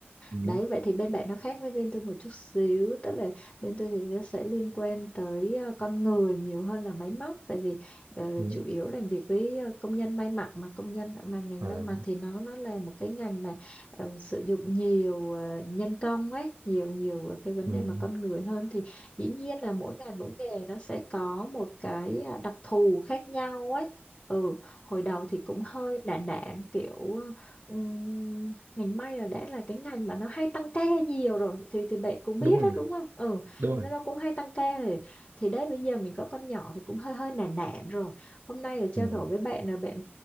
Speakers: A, on the right; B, on the left.
A: ừ.
B: Đấy vậy thì bên bạn nó khác với bên tôi một chút xíu, tức là bên tôi thì nó sẽ liên quan tới ờ, con người nhiều hơn là máy móc tại vì ờ,
A: Ừ.
B: chủ yếu làm việc với ờ, công nhân may mặc mà công nhân mà ngành
A: À,
B: may mặc thì nó nó là một cái ngành mà ờ, sử dụng nhiều ờ, nhân công ấy, nhiều nhiều ờ, cái vấn
A: ừ.
B: đề mà con người hơn thì dĩ nhiên là mỗi ngành mỗi nghề nó sẽ có một cái ờ, đặc thù khác nhau ấy. Ừ hồi đầu thì cũng hơi đạn đạn kiểu ừm, ngành may là đã là cái ngành mà nó hay tăng ca nhiều rồi thì thì bạn cũng biết
A: đúng rồi
B: đó đúng không ừ
A: đúng rồi
B: nên nó cũng hay tăng ca rồi thì đấy bây giờ mình có con nhỏ thì cũng hơi hơi nản nản rồi hôm nay là trao
A: ừ.
B: đổi với bạn là bạn